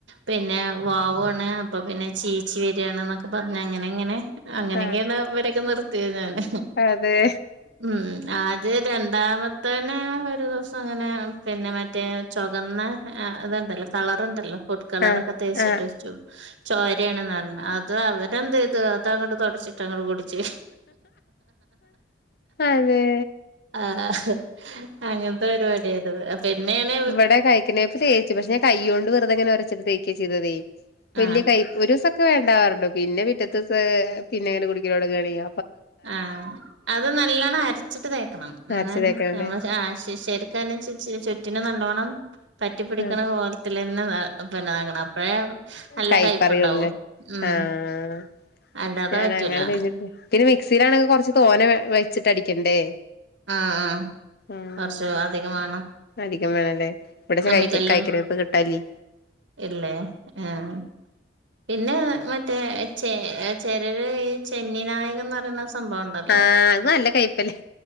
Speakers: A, on the right; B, on the left.
A: പിന്നെ ചീച്ചി ച്ച് വരികയാണ് എന്നൊക്കെ പറഞ്ഞ് അങ്ങനെങ്ങനെ അങ്ങനെയൊക്കെയാണ്
B: ആഹ്
A: ഇവരൊക്കെ നിർ നിർത്തിനയ്
B: അതെ
A: ഉം ആദ്യം രണ്ടാമ തന്നെ ഒരു ദിവസം അങ്ങനെ പിന്നെ മറ്റേ ചുകന്ന ഇതുണ്ടല്ലോ കളറുണ്ടല്ലോ ഫുഡ് കളറ്
B: ആഹ്
A: ഒക്കെ തേച്ചിട്ട്
B: ആഹ്
A: വച്ചു ചോരയാണെന്ന് പറഞ്ഞ് അത് അവരെന്ത് ചെയ്തു അത് അങ്ങോട്ട് തൊടച്ചിട്ട് അങ്ങോട്ട് കുടി ച്ച്
B: അതെ
A: ആഹ് അങ്ങനത്തെ പരിപാടിയായിരുന്നു പിന്നെയാണേ
B: അതാ കയിക്കുന്നേ ഇപ്പം തേച്ച് പക്ഷെ കൈ കൊണ്ട് വെറുതെ ഇങ്ങനെ ഒരച്ചിട്ട് തേക്കുവാ ചെയ്തതേ വല്യ
A: ആഹ്
B: കയിപ്പ് ഒരു ഒരുസം ഒക്കെ വേണ്ടാവാറുണ്ട് പിന്നെ പിറ്റേ ദിവസം പിന്നെ കുടിക്കാൽ തെടുങ്ങാണേയ്
A: ആഹ് അത് നല്ലോണ്ണം അരച്ചിട്ട് തേക്കണം ഇന്നാലാണ്
B: അരച്ച് തേക്കണല്ലേ
A: ഞമ്മളെ ചായ <unintelligible> ചുറ്റിനും നല്ലോണം പറ്റിപിടിക്കണ
B: ആഹ്
A: പോലത്തില് തന്നെ തന്നാക്കണം. അപ്പഴേ നല്ല
B: കൈപ്പറിയുള്ളേ
A: കയ്പ്പുണ്ടാവൂ ഉം
B: ആഹ്
A: അല്ലാതെ
B: ഞാനങ്ങനെ
A: പറ്റൂല
B: തേച്ചിട്ട് പിന്നെ മിക്സിയിലാണെങ്കി കൊറച്ച് തോനെ വെച്ചിട്ട് അടിക്കണ്ടേ?
A: ആഹ് ആഹ്
B: ആഹ്
A: കൊറച്ചു അധികം വേണം.
B: അധികം വേണല്ലേ ഇവിടെച്ചാ
A: അമ്മിക്കല്ല്
B: കൈ കൈക്കനേപ്പ് കിട്ടാല്ലേ
A: ഇല്ലേ? ആഹ് പിന്നെ മറ്റേ ചെ ചെലര് ഈ ചെന്നിനായകംന്ന് പറയുന്ന സ് സംഭവം ഒണ്ടല്ലോ?
B: ആഹ് അത് നല്ല കയ്പ്പല്ലേ